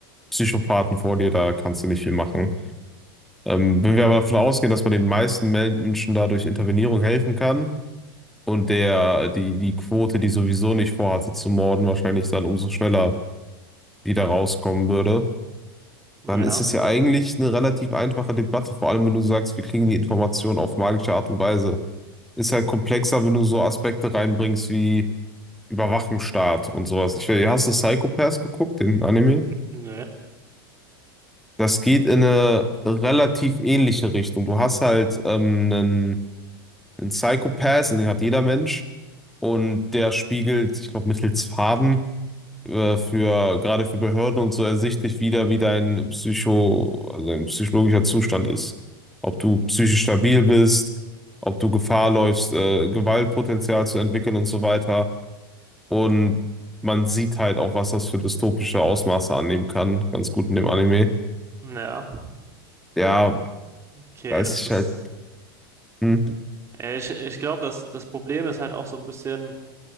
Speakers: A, in the centre; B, on the right (about 20°).
A: Psychopathen vor dir, da kannst du nicht viel machen. Ähm, wenn wir aber davon ausgehen, dass man den meisten Menschen dadurch Intervenierung helfen kann, Und der, die, die Quote, die sowieso nicht vorhatte zu morden, wahrscheinlich dann umso schneller wieder rauskommen würde,
B: Ja,
A: dann ist das ja eigentlich eine relativ einfache Debatte, vor allem wenn du sagst, wir kriegen die Informationen auf magische Art und Weise. Ist halt komplexer, wenn du so Aspekte reinbringst wie Überwachungsstaat und sowas. Ich weiß, hast du Psycho Pass geguckt, den Anime?
B: N- nö.
A: Das geht in eine relativ ähnliche Richtung. Du hast halt ähm, einen, einen Psycho Pass, also den hat jeder Mensch. Und der spiegelt, ich glaube, mittels Farben äh, für gerade für Behörden und so ersichtlich wieder, wie dein Psycho, also dein psychologischer Zustand ist. Ob du psychisch stabil bist, ob du Gefahr läufst, äh, Gewaltpotenzial zu entwickeln und so weiter. Und man sieht halt auch, was das für dystopische Ausmaße annehmen kann, ganz gut in dem Anime.
B: Ja,
A: Ja,
B: okay,
A: weiß
B: das
A: ich
B: ist.
A: halt. Hm.
B: Äh, Ich, ich glaube, das, das Problem ist halt auch so ein bisschen.